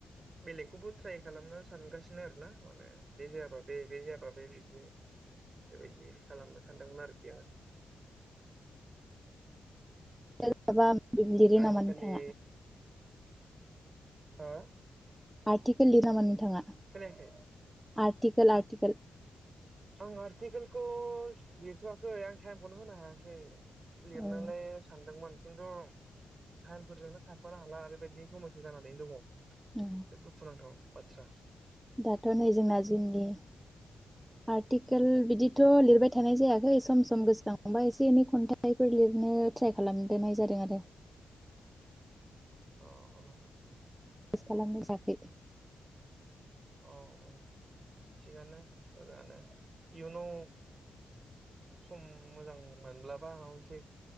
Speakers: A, on the right; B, in the centre.
A: बेलेगखौबो ट्राइ खालामनो सानगासि नो आरो ना? माने बे जायाबा बे बे जायाबा बे बिदि बेबायदि खालामनो सानदोंमोन आरोखि आङो।
B: माबा माबि लिरो
A: आजिखालि
B: नामा नोंथाङा?
A: हा
B: आर्टिकेल लिरो नामा नोंथाङा?
A: खोनायाखै।
B: आर्टिकोल आर्टिकोल
A: आं आर्टिकेलखौ लिरथवाखै आं टाइमखौनो होनो हायाखै। लिरनोलाय
B: अ
A: सानदोंमोन। खिन्थु टाइमफोरजोंनो खारफानो हाला ओरैबायदि समयसा जानानैनो दङ। बिराद
B: अ
A: दुखुनांथाव। आतसा।
B: दाथ' नै जोंना जुननि आर्टिकेल बिदिथ' लिरबाय थानाय जायाखै सम सम गोसोखांबा एसे एनै खन्थाइफोर लिरनो ट्राइ खालामग्रोनाय जादों आरो।
A: अह अह उम उम।
B: <unintelligible> खालामनो जायाखै।
A: अ अ थिगानो मोजाङानो इयुनाव सम मोजां मोनब्लाबा माबा मोनसे